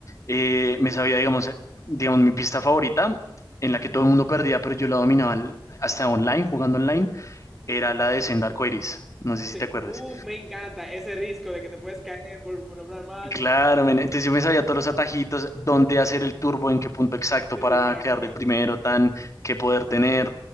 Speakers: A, on the left (about 40°); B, in the centre.
A: Eh, me sabía, digamos, eh, digamos, mi pista favorita, en la que todo el mundo perdía, pero yo la dominaba al- hasta online, jugando online,
B: sí.
A: era la de Senda Arcoiris. No sé si
B: Sí.
A: te acuerdes.
B: Uf, me encanta ese riesgo de que te puedes caer por, por hablar mal.
A: Claro, men, entonces yo me sabía todos los atajitos, dónde hacer el turbo, en qué punto exacto
B: Sí,
A: para
B: sí, para
A: quedar
B: correr.
A: de primero,
B: Wow.
A: tan, qué poder tener.